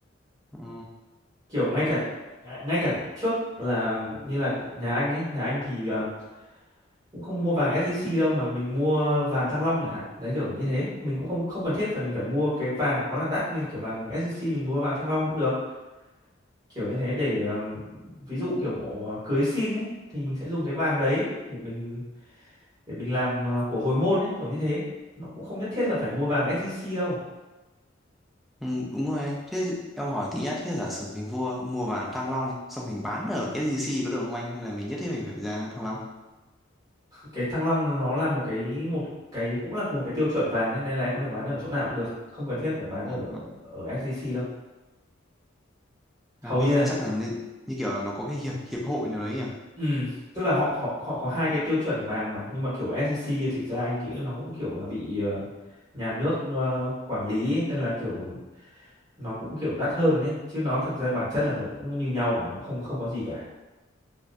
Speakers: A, in the centre; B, on the right.
A: Ừ.
B: kiểu ngay cả ngay ngay cả trước là như là nhà anh ấy nhà anh thì ờ, cũng không mua vàng SJC đâu mà mình mua vàng Thăng Long chẳng hạn đấy kiểu như thế mình cũng không không cần thiết phải mình phải mua cái vàng quá là đắt như là kiểu vàng SJC mình mua vàng Thăng Long cũng được kiểu như thế để ờ, ví dụ kiểu ờ, cưới xin ấy thì mình sẽ dùng cái vàng đấy để mình để mình làm ờ, của hồi môn ấy kiểu như thế nó cũng không nhất thiết là phải mua vàng SJC đâu
A: Ừ, đúng rồi anh. Thế em hỏi tí nhá, thế giả sử mình mua mua vàng Thăng Long xong mình bán ở SJC có được không anh? Hay là mình nhất thiết mình phải ra Thăng Long?
B: cái Thăng Long nó là một cái một cái cũng là một cái tiêu chuẩn vàng đấy nên là em có thể bán ở chỗ nào cũng được không cần thiết phải bán
A: Ờ,
B: ở
A: ờ.
B: ở SJC đâu hầu
A: À, thế
B: như là
A: chắc là nên, như kiểu là nó có cái hiệp hiệp hội nào đấy nhỉ?
B: Ừ, tức là họ họ họ có hai cái tiêu chuẩn vàng mà nhưng mà kiểu SEC thì thực ra anh nghĩ nó cũng kiểu là bị ờ, nhà nước ờ, quản lý ấy, nên là kiểu nó cũng kiểu đắt hơn đấy chứ nó thực ra bản chất là nó cũng như nhau cả nó không không có gì cả